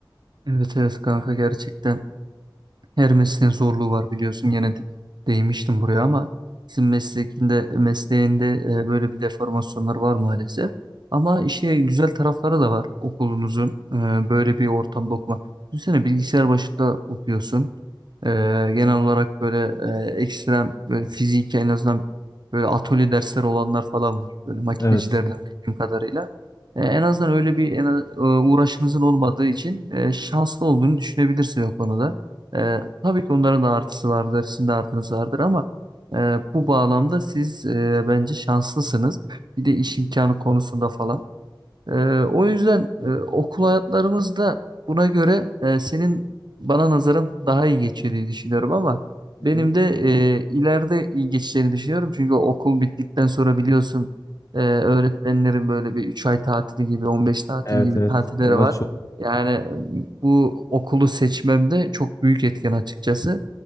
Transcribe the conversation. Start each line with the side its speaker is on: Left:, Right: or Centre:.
Right: Evet evet kanka gerçekten. Her mesleğin zorluğu var biliyorsun gene de, değmiştim buraya ama sizin mesleğinde mesleğinde e, böyle bir deformasyonlar var maalesef. Ama işte güzel tarafları da var okulunuzun e, böyle bir ortamda okuma. Düşünsene bilgisayar başında okuyorsun. E, genel olarak böyle e, ekstrem böyle fizik en azından böyle atölye dersleri olanlar falan var. Böyle makinecilerden
Left: Evet.
Right: bildiğim kadarıyla. E, en azından öyle bir en, az- e, uğraşınızın olmadığı için e, şanslı olduğunu düşünebilirsin o konuda. Ee, tabii ki onların da artısı vardır, sizin de artınız vardır ama e, bu bağlamda siz e, bence şanslısınız. Bir de iş imkanı konusunda falan. Ee, o yüzden e, okul hayatlarımız da buna göre e, senin bana nazaran daha iyi geçiyor diye düşünüyorum ama
Left: Hı
Right: benim
Left: hı.
Right: de e, ileride iyi geçeceğini düşünüyorum. Çünkü okul bittikten sonra biliyorsun e, öğretmenlerin böyle bir 3 ay tatili gibi 15 tatil
Left: Evet
Right: gibi
Left: evet.
Right: tatilleri
Left: Aa,
Right: var.
Left: çok
Right: Yani e, bu okulu seçmemde çok büyük etken açıkçası.